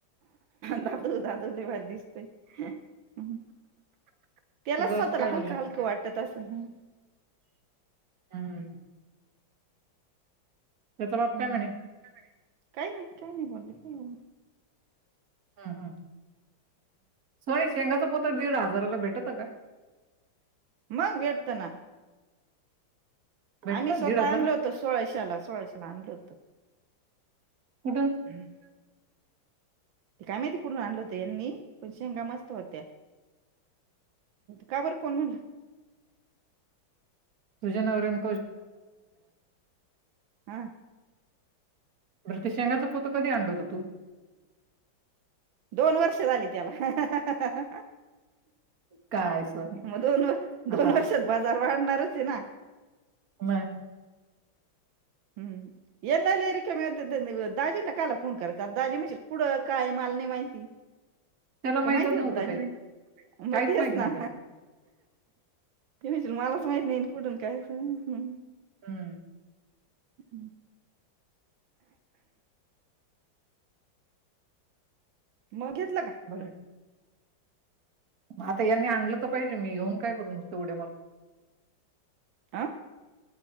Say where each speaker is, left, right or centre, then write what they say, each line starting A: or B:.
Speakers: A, on the right; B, on the right.
A: दादू, दादू लई भारी दिसतोय ह केलंस त्याला
B: तुझा
A: स्वतःला
B: बाप काय बोलला
A: हलक, हलकं वाटत असेल ह
B: हम त्याचा बाप
A: हम्म.
B: काय म्हणे
A: काही नाही, काही नाही बोलले काय बोल
B: हम्, हम् सोय शेंगाचं पोत दीड हजाराला भेटत का
A: मग भेटत ना
B: भेटतं
A: आम्ही स्वतः
B: दीड हजाराला
A: आणलो होतो सोळाशाला, सोळाशेला आणल होत
B: कुठून
A: हम काय माहिति कुठुन आणल होतं यांनी पण शेंगा मस्त होत्या काय बर कोण म्हटलं
B: तुझ्या नवऱ्यानं
A: आ
B: बर ते शेंगाच पोत कधी आणलं होतं तू
A: दोन वर्ष झाली त्याला हा
B: काय सोनी
A: मग दोन व
B: आता
A: दोन वर्षात बाजार वाढणारच आहे ना
B: म
A: हं ये नाही रिक म दाजीना कायला फोन करायचचा दाजी म्हणजे कुडं काय मल नाही माहिती
B: त्याला माहीतच
A: का माहिती होत
B: नव्हतं
A: दाजी
B: काही
A: मग
B: काहीच
A: तेच
B: माहित नव्हतं
A: ना मलाच माहीत नाही कुठून काय? ह हम.
B: हम्म
A: हं मग घेतलं का
B: बर म आता यांनी आणलं तर पाहिजे मी येऊन काय कर नसते उड्या मारू
A: आ